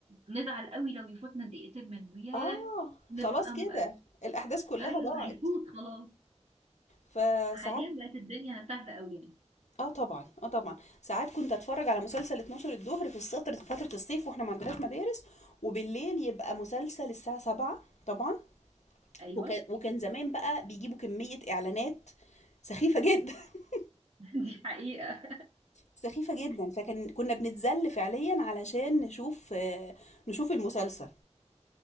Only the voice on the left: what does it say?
اه
خلاص كده
الأحداث كلها
ضاعت
فساعات
اه طبعا اه طبعا ساعات كنت اتفرج على مسلسل 12 الظهر في السطر فترة الصيف واحنا ما عندناش مدارس وبالليل يبقى مسلسل الساعة 7 طبعا
وكان وكان زمان بقى بيجيبوا كمية إعلانات سخيفة جدا <laughs>
سخيفة جدا فكان كنا بنتذل فعليا علشان نشوف آه، نشوف المسلسل